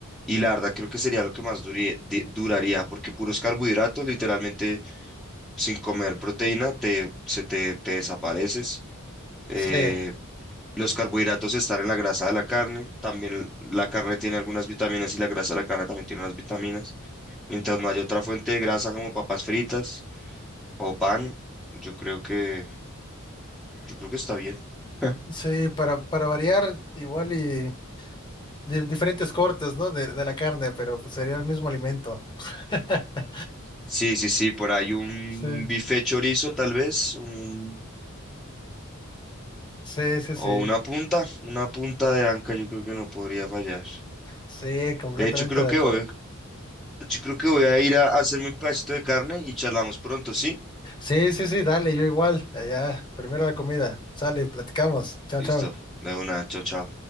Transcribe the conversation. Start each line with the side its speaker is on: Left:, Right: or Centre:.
Centre: y la verdad creo que sería lo que más durie- di- duraría, porque puros carbohidratos, literalmente, sin comer proteína, te, se te, te desapareces. Eh,
Left: Sí,
Centre: Los carbohidratos están en la grasa de la carne, también la carne tiene algunas vitaminas y la grasa de la carne también tiene unas vitaminas. Mientras no haya otra fuente de grasa como papas fritas o pan, yo creo que, yo creo que está bien. Ja.
Left: sí, para, para variar, igual y de diferentes cortes, ¿no? De, de la carne, pero pues sería el mismo alimento. <laughs>
Centre: Sí, sí, sí, por ahí un
Left: Sí,
Centre: bife chorizo tal vez, un-
Left: sí, sí, sí.
Centre: o una punta, una punta de anca yo creo que no podría fallar.
Left: Sí, completamente
Centre: De hecho, creo
Left: de
Centre: que
Left: acuerdo.
Centre: voy, yo creo que voy a ir a hacerme un pedacito de carne y charlamos pronto, ¿sí?
Left: Sí, sí, sí, dale, yo igual. Allá, primero la comida. Sale, platicamos. Chao,
Centre: Listo,
Left: chao.
Centre: de una, chao, chao.